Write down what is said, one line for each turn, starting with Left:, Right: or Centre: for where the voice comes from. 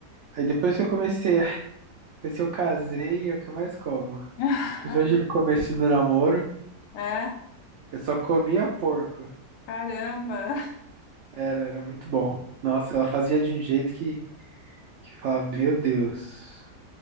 Right: Aí depois que eu comecei, a- depois que eu casei, é o que eu mais como.
Left: <laughs>
Right: Principalmente no começo do namoro,
Left: É?
Right: eu só comia porco.
Left: Caramba!
Right: Era, era muito bom. Nossa, ela fazia de um jeito que, que eu falava, meu Deus.